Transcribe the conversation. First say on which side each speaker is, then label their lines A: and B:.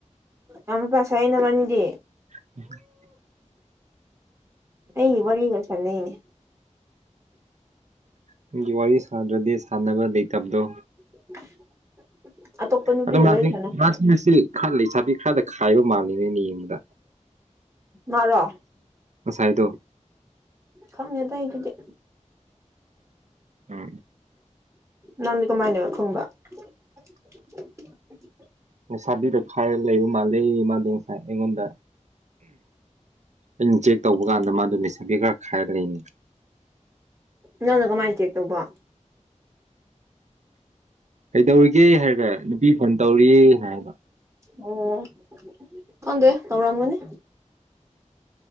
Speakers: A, on the right; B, on the right.
A: ꯑꯋꯣꯠꯄꯥ ꯁꯥꯏ ꯅꯕꯅꯤꯗꯤ
B: <inaudible>
A: ꯑꯩꯒꯤ ꯋꯔꯤꯒꯥ ꯁꯥꯅꯩꯅꯦ
B: ꯅꯪꯒꯤ ꯋꯥꯔꯤ ꯁꯥꯗ꯭ꯔꯗꯤ ꯁꯥꯟꯅꯕ ꯂꯩꯇꯕꯗꯣ
A: <inaudible> ꯅꯨꯄꯤꯒ
B: ꯑꯗꯣ
A: ꯋꯥꯔꯤ
B: ꯃꯥꯒꯤ
A: ꯁꯥꯟꯅꯩ
B: ꯃꯥꯁꯤꯡ ꯉꯁꯤ ꯈꯔ ꯂꯩꯁꯥꯕꯤ ꯈꯔꯗ ꯈꯥꯏꯕ ꯃꯥꯂꯦꯅꯦ ꯑꯩꯅ ꯌꯦꯡꯕꯗꯥ
A: ꯃꯥꯔꯣ
B: ꯉꯁꯥꯏꯗꯣ
A: ꯈꯪꯗꯦꯗ ꯑꯩ ꯑꯗꯨꯗꯤ
B: ꯎꯝ
A: ꯅꯪꯗꯤ ꯀꯃꯥꯏꯅ ꯈꯪꯕ <unintelligible>
B: ꯂꯩꯁꯥꯕꯤꯗ ꯈꯥꯏꯔꯒ ꯂꯩꯕ ꯃꯥꯜꯂꯦ ꯃꯥꯗꯣ ꯉꯁꯥꯏ ꯑꯩꯉꯣꯟꯗ ꯑꯩꯅ ꯆꯦꯛ ꯇꯧꯕ ꯀꯥꯟꯗ ꯃꯥꯗꯣ ꯂꯩꯁꯥꯕꯤ ꯈꯔ ꯈꯥꯏꯔ ꯂꯩꯅꯦ
A: ꯅꯪꯅ ꯀꯃꯥꯏꯟ ꯆꯦꯛ ꯇꯧꯕꯣ
B: ꯀꯩꯗꯧꯔꯤꯒꯦ ꯍꯥꯏꯔꯒ ꯅꯨꯄꯤ ꯐꯣꯟ ꯇꯧꯔꯤꯅ ꯍꯥꯏꯕ
A: ꯑꯣ ꯈꯪꯗꯦ ꯇꯧꯔꯝꯒꯥꯅꯤ